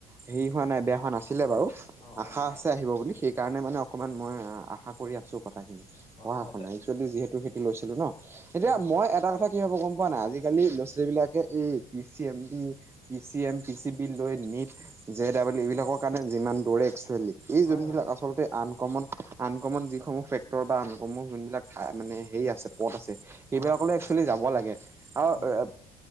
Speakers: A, on the right (about 15°); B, on the left (about 40°).
A: হেৰি হোৱা নাই বেয়া হোৱা নাছিলে বাৰু।
B: অ
A: আশা
B: অ
A: আছে আহিব বুলি সেইকাৰণে মানে অকমান মই আশা কৰি আছো কথাখিনি
B: অ
A: পঢ়া
B: হয়
A: শুনাই।
B: তে
A: জল্ডি যিহেতু সেইটো লৈছিলো ন এতিয়া
B: অ
A: মই এটা কথা কি ভাব গম পোৱা নাই আজিকালি ল'ৰা-ছোৱালীবিলাকে এই P C M, B P C M, P C B লৈ নিট জে ডাবোলি এইবিলাকৰ কাৰণে যিমান দৌৰে একচুৱেলি এই
B: হয়
A: যোনবিলাক
B: হয়
A: আচলতে আনকমন আনকমন যিসমূহ ফেক্টৰ বা আন কমন যোনবিলাকাই মানে হেৰি আছে পথ আছে। সেইবিলাকলৈ
B: হয় হয়
A: একচুৱেলি যাব লাগে আৰ অ
B: উম উম
A: এব